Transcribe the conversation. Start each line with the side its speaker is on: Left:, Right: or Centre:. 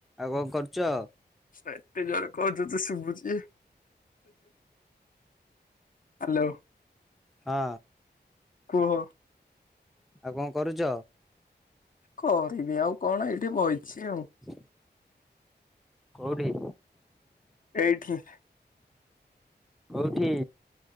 Centre: ଆଉ କଣ କରୁଛ।
Left: ଏତେ ଜୋର କହୁଚୁ ଯେ ଶୁଭୁଛି। ହ୍ୟାଲୋ।
Centre: ହଁ।
Left: କୁହ।
Centre: କଣ କରୁଛ?
Left: କରିବି ଆଉ କଣ ଏଇଠି ବଇଛି ଆଉ।
Centre: ହୁଁ। କୋଉଠି।
Left: ଏଇଠି।
Centre: କୋଉଠି।